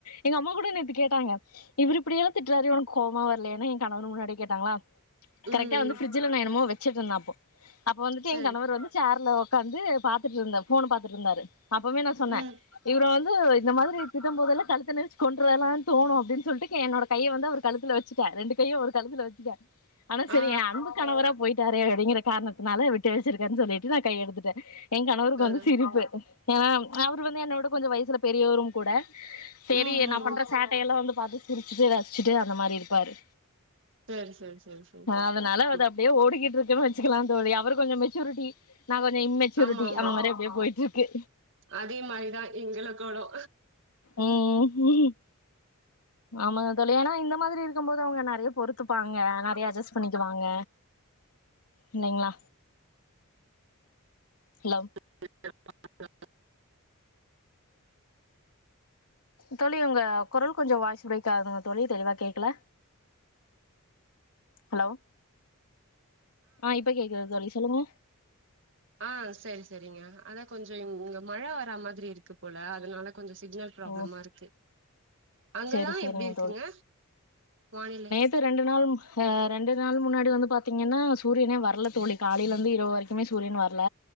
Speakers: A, on the left (about 85°); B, on the right (about 55°).
A: எங்க அம்மா கூட நேத்து கேட்டாங்க இவரு இப்டியெல்லா திட்றாரே உனக்கு கோவமா வர்லயானு ஏ கணவர் முன்னாடி கேட்டாங்களா
B: ம்
A: கரெக்டா
B: ம்
A: வந்து ஃப்ரிட்ஜ் ஃப்ரிட்ஜில நா என்னமோ வச்சுட்டு இருந்த அப்போ அப்ப வந்துட்டு
B: சேரி
A: ஏன் கணவர் வந்து சேர்ல உக்காந்து பாத்துட்டு இருந்த ஃபோன் அ பாத்துட்டு இருந்தாரு அப்பமே நா சொன்ன
B: ம்
A: இவ்ரு வந்து இந்த மாதிரி திட்ட போதெல்லா கழுத்த நெறிச் கொன்றுளான் தோணு அப்டின்னு சொல்ட்டு என்னோட கைய வந்து அவ்ரு கழுத்துல வச்சுட்ட ரெண்டு கையு அவ்ரு கழுத்துல வச்சுட்டே ஆனா செரி
B: ஆ
A: எ அன்பு கணவரா போய்ட்டாரே அப்டிங்கிற காரணத் தினால விட்டு வச்சிருக்கேன்னு சொல்லிட்டு நா கைய எடுத்துட்டே எ கணவருக்கு
B: ஆ அதா
A: வந்து சிரிப்பு ஏ அவ்ரு வந்து என்ன விட கொஞ்சோ வயசுல பெரியவரு கூட செரி
B: ம் ம்
A: நா பண்ற சேட் டையெல்லா வந்து பாத்திட்டு சிரிச்சுட்டு ரசிச்சுட்டு அந்த மாரி இருப்பாரு
B: சேரி சேரி சேரி
A: அதனால
B: சேரி
A: அது அப்டியே ஓடிக்கிட்டு இருக்குனு வச் வச்சுக்கிலா தோழி அவ்ரு கொஞ்சோ மெச்சூரிட்டி நா கொஞ்சோ இம்மெச்சூரிட்டி
B: ஆமா ஆமா
A: அந்த மாரி அப்டியே போய்ட்டு இருக்கு
B: அதே மாரிதா எங்களுக் கொடோ
A: ம் ஆமாங்க தோழி ஆன இந்த மாதிரி இருக்கு போது அவுங்க நெறையா பொறுத்துப்பாங்க நெறையா அட்ஜஸ்ட் பண்ணிக்குவாங்க இல்லைங்களா ஹலோ
B: <inaudible>
A: தோழி உங்க கொரல் கொஞ்சோ வாய்சு பிரேக் ஆகுதுங்க தோழி தெளிவா கேக்கல ஹலோ ஆ இப்ப கேக்குது தோழி சொல்லுங்க
B: ஆ செரி செரிங்க அதா கொஞ்சோ இங்க மழ வரா மாரி இருக்கு போல அதனால கொஞ்சோ சிக்னல் ப்ராப்ளம்மா
A: ஓ
B: இருக்கு அங்கெல்லா
A: சேரி சேரிங்க
B: எப்டி இருக்குங்க வானில
A: த்த ரெண்டு நாள் ஆ ரெண்டு நாள் முன்னாடி வந்து பாத்தீங்கன்னா சூரியனே வர்ல தோழி காலையில இருந்து இரவு வரைக் குமே சூரிய வர்ல